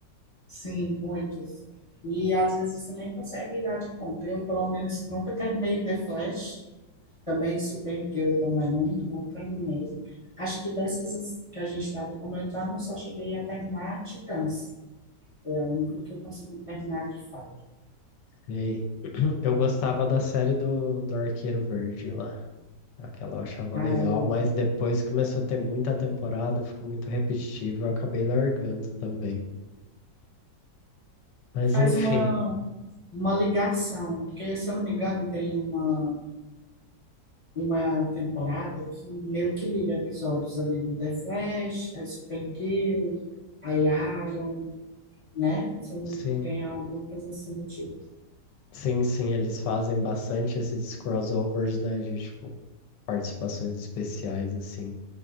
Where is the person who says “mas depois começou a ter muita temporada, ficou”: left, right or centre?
Left